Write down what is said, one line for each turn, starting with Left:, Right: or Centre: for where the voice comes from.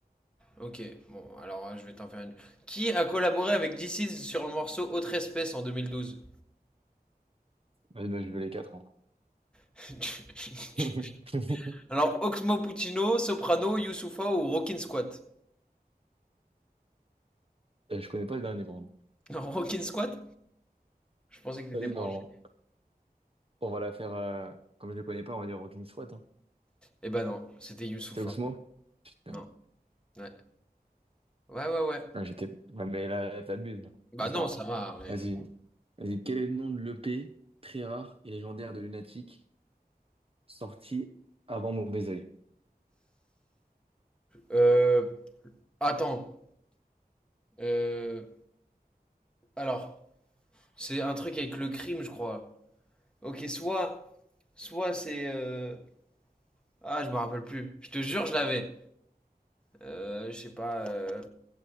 Centre: Ok, bon, alors euh, je vais t'en faire une. Qui a collaboré avec DC's sur le morceau Autre Espèce en 2012
Right: Ouais, bah, je veux les quatre, hein.
Centre: <laughs>
Right: <laughs>
Centre: Alors, Oxmo Puccino, Soprano, Youssoufa ou Rockin' Squat
Right: Euh, Je connais pas le dernier, par contre.
Centre: Non, <laughs> Rockin' Squat Je pensais que t'étais
Right: Vas-y,
Centre: branché.
Right: bah, on, on va la faire. euh, comme je le connais pas, on va dire aucune squat. Hein.
Centre: Eh ben non, c'était Youssoufa.
Right: C'était Oxmo? Putain.
Centre: Non, ouais. Ouais, ouais, ouais.
Right: Ah, j'étais. Ouais, mais là, là, t'abuses, là.
Centre: Bah
Right: Bon, c'est
Centre: non,
Right: pas
Centre: ça va, honnêtement.
Right: grave. Vas-y. Vas-y. Quel est le nom de l'EP très rare et légendaire de Lunatic sorti avant Mauvais Oeil?
Centre: Euh. Attends. Euh. Alors, c'est un truc avec le crime, je crois. Ok, soit. Soit c'est. euh, Ah, je me rappelle plus. Je te jure, je l'avais. Euh, je sais pas. euh,